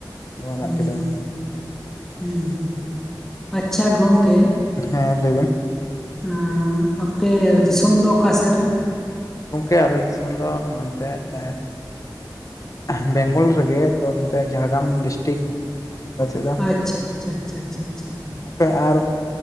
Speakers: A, on the left; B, in the centre.
A: ᱫᱚᱢᱮ
B: ᱦᱩᱸ
A: ᱫᱟᱜ ᱠᱮᱫᱟᱭ
B: ᱦᱩᱸ ᱟᱪᱷᱟ ᱜᱚᱢᱠᱮ
A: ᱦᱮᱸ ᱞᱟᱹᱭᱵᱮᱱ
B: ᱮᱸᱜ ᱟᱯᱮ ᱫᱤᱥᱚᱢ ᱫᱚ ᱚᱠᱟ ᱥᱮᱫ ᱨᱮ
A: ᱜᱚᱝᱠᱮ ᱟᱞᱮ ᱫᱤᱥᱚᱢ ᱫᱚ ᱱᱚᱱᱛᱮ ᱮᱸᱜ ᱮᱸᱜ, ᱵᱮᱝᱜᱚᱞ ᱨᱮᱜᱮ, ᱛᱚ ᱱᱚᱛᱮ ᱡᱷᱟᱲᱜᱨᱟᱢ ᱰᱤᱥᱴᱤᱠ ᱟᱞᱮ ᱥᱮᱫ ᱫᱚ
B: ᱟᱪᱪᱷᱟ ᱟᱪᱷᱟ ᱟᱪᱪᱷᱟ ᱪᱷᱟ ᱪᱷᱟ ᱪᱷᱟ
A: ᱮ <inaudible> ᱟᱨ